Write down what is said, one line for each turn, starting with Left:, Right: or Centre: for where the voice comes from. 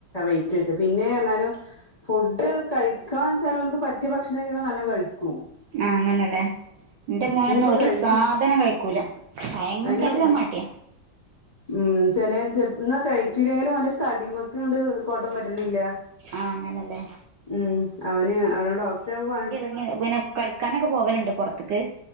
Left: വെയ്റ്റ് വെച്ച് പിന്നെഅർഞ്ഞാലും ഫുഡ് കഴിക്കാന്ന്ച്ചാലും അവൻക്ക് പറ്റ്യ ഭക്ഷണങ്കില് നല്ലംകഴിക്കും
Right: ആഹ് അങ്ങനെല്ലേ ഇന്റെ മോനൊന്നും
Left: ഇനിയിപ്പോ
Right: ഒരു
Left: കഴിച്ച്
Right: സാധനം കഴിക്കൂല ഭയങ്കര
Left: അതിന്
Right: മട്യാ
Left: ഉം ചെലേ ച ഇന്നാ കഴിച്ചീല്ലെലും ഓന്റെ തടിമക്ക്ണ്ട് കോട്ടം പറ്റ്ണില്ല
Right: ആഹ് അങ്ങനല്ലേ
Left: ഉം അവന് അവന ഡോക്ടറെ കാണിച്ച്
Right: ങ്ങനെ പിന്നെ കളിക്കാനൊക്കെ പോവല്ണ്ട് പൊറത്ത്ക്ക്